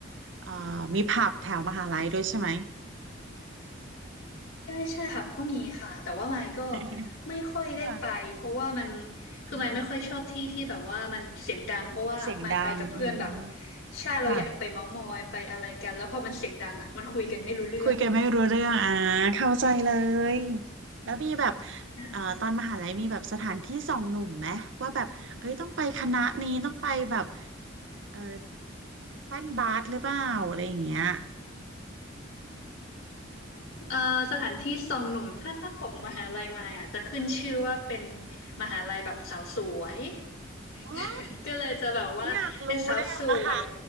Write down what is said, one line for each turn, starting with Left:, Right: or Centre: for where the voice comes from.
Right: เอ่อมีผับแถวมหาลัยด้วยใช่ไหม
Left: ใช่ใช่ผับก็มีค่ะแต่ว่าไมค์ก็
Right: <laughs>
Left: ไม่ค่อยได้ไปเพราะว่ามัน
Right: ค่ะ
Left: คือไมค์ไม่ค่อยชอบที่ที่แบบว่ามันเสียงดังเพราะว่าไมค์ไปกับเพื่อนแบบ
Right: อืมเสียงดังอืม
Left: ใช่เราอยากไปเม้าท์มอยไปอะไรกันแล้วพอมันเสียงดังอ่ะมันคุยกันไม่รู้เรื่อง
Right: ค่ะ คุยกันไม่รู้เรื่องอ่าเข้าใจเลยแล้วมีแบบ
Left: ใช่
Right: เอ่อตอนมหาลัยมีแบบสถานที่ส่องหนุ่มไหมว่าแบบเอ้ยต้องไปคณะนี้ต้องไปแบบเออแป้นบาสหรือเปล่าอะไรอย่างเงี้ย
Left: เอ่อสถานที่ทรงหนุ่มถ้าถ้าของมหาลัยมายอ่ะจะขึ้นชื่อว่าเป็นมหาลัยแบบสาวสวย
Right: อ๋อ
Left: <laughs> ก็เลยจะแบบว่าเป็นสาวสวย
Right: อุ๊ยอยากรู้เลยอะมหา